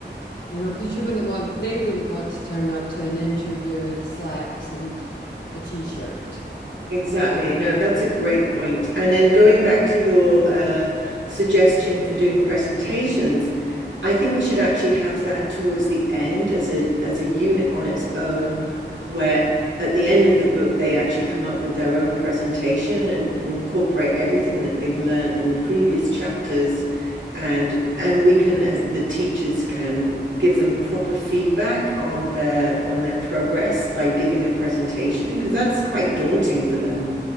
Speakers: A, on the left; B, on the right.
A: You know, because you wouldn't want, they wouldn't want to turn up to an interview in slacks and a t-shirt.
B: Exactly. No, that's a great point. And then going back to your uh, suggestion for doing presentations, I think we should actually have that towards the end as a as a unit on its own, where at the end of the book they actually come up with their own presentation and, and incorporate everything that they've learned in the previous chapters, and and we can as the teachers can give them proper feedback on their on their progress by giving a presentation because that's quite daunting for them